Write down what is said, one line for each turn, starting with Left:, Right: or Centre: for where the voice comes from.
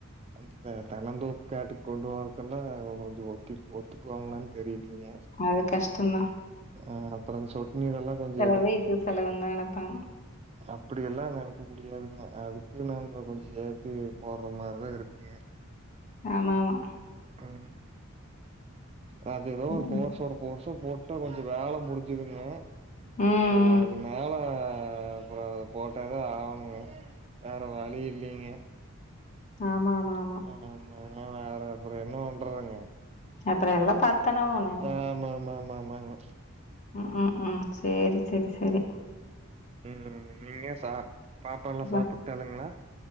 Right: அந்த தென் தெனந்தோப்பு காட்டுக் கொண்டு வரக்குல்ல கொஞ்சோ ஒத்தி ஒத்துக்குவாங்ளான் தெரிலீங்க
Left: அது கஷ்டம்தான்.
Right: ஆ அப்பறம் சொட்டு நீரல்லா கொஞ்சோ எ
Left: பூவே பூச் சொல்ல வந்தானப்பா
Right: அப்டியெல்லா நெனைக்கு முடியாதுங்க அதுக்கு நம்போ கொஞ்சோ சேத்து போட்ற மாரிதா இருக்குங்க
Left: ஆமாமா
Right: அ அ அ அது ஏதோ ஒரு
Left: ம்.
Right: ஃபோர்ஸோட போர்ஷா போட் டா கொஞ்சோ வேல முடிஞ்சுதுங்க
Left: ம்.
Right: அப்பறோ அது மேல அப்பறோ போட்டதா ஆவ்ணுங்க வேற வழி இல்லேங்க
Left: ஆமா ஆமா ஆம்
Right: ஆமா இல்ன்னா வேற அப்பறோ என்ன பண்றாங்க
Left: அப்புறம் எல்லாம் பாத்துதானே ஆவணும்.
Right: ஆ ஆமா ஆமா ஆமா ஆமாங்க
Left: ம் ம் ம் சேரி செரி செரி
Right: ம் ம் நீங்க சா பாப்பால்லா
Left: இந்தா
Right: சாப்புட்டாளுங்ளா